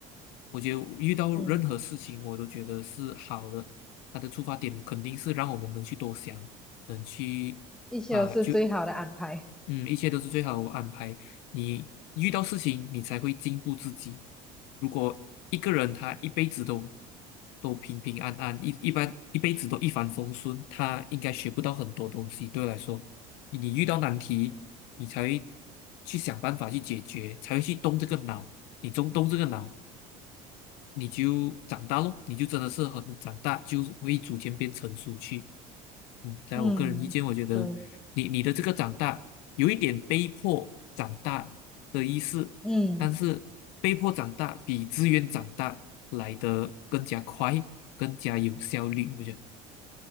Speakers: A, on the left; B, in the centre.
A: 我觉得遇到任何事情，
B: 嗯，
A: 我都觉得是好的。他的出发点肯定是让我们能去多想，能去
B: 一切都是最好的安排，
A: 啊，就嗯，一切都是最好的安排。你遇到事情，你才会进步自己。如果一个人他一辈子都都平平安安，一一般一辈子都一帆风顺，他应该学不到很多东西。对我来说，你遇到难题，你才会去想办法去解决，才会去动这个脑。你中动这个脑，你就长大咯，你就真的是很长大，就会逐渐变成熟去。嗯，在我个人意见，
B: 嗯，
A: 我觉得你你的这个长大有一点被迫长大的意思，
B: 对。嗯。
A: 但是被迫长大比自愿长大来的更加快，更加有效率，我觉得。